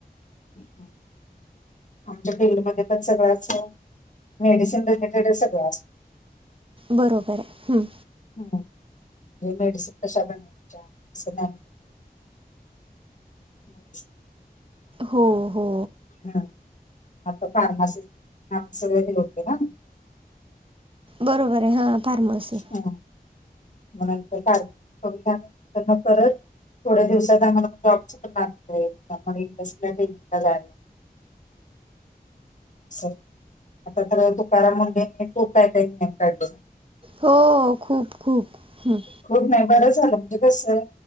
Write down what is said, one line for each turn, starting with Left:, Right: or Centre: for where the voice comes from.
Left: हो का? आमच्या फील्डमध्ये पण सगळं असतं, मेडिसिन रिलेटेडच सगळं असत
Right: बरोबर आहे हम्म.
Left: हम्म म्हणजे मेडिसिन कशा बनवायच्या कसं नाही <unintelligible>
Right: हो हो.
Left: हम्म आता फार्मा सहीत आमचे सगळे गेले होते ना
Right: बरोबर आहे हां फार्मसी
Left: हां. म्हणून तर फार्मा पण मग त्यांना परत थोड्या दिवसात <unintelligible> जॉबच करणार. म्हणजे त्यांना <unintelligible> जायला. सर आता तर तुकाराम मुंडेनी <unintelligible> खुप काही काही नियम काढले आहेत.
Right: हो खूप खूप हम..
Left: खूप नाही बरं झालं म्हणजे कसं